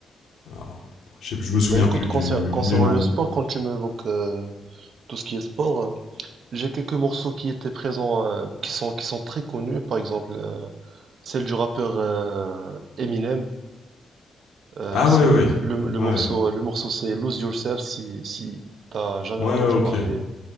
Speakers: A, on the left; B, on the right.
A: ah, je sais plus, je me souviens
B: Bah écoute,
A: plus
B: concer-
A: du,
B: concernant
A: du nom.
B: le sport, quand tu m'évoques euh, tout ce qui est sport, euh, j'ai quelques morceaux qui étaient présents, euh, qui sont, qui sont très connus, par exemple. euh, Celle du rappeur euh, Eminem, euh,
A: Ah,
B: c'est
A: ouais, ouais.
B: le, le
A: Ouais.
B: morceau, le morceau c'est Lose Yourself si, si t'as jamais
A: Ouais,
B: entendu
A: ouais, ok.
B: parler.